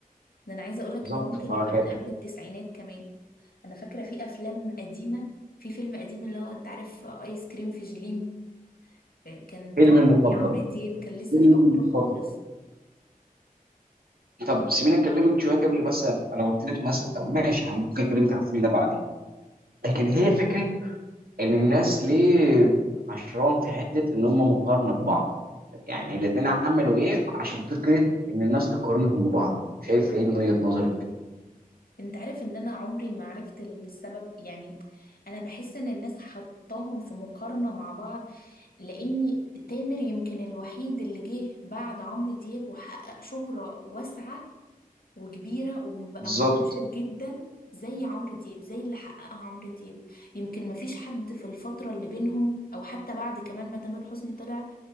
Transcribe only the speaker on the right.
بالظبط
فكان
فيلم
المفضل
فيلم
المفضل طب سيبيني اكلمك شويه قبل مثلا انا قلت لك مثلا طب ماشي ممكن اكلمك على الفيلم ده بعدين لكن هي فكره ان الناس ليه عشران في حته ان هم مقارنه ببعض يعني الاثنين عملوا ايه عشان فكره ان الناس تقارنهم ببعض شايف ايه من وجهه نظرك
بالظبط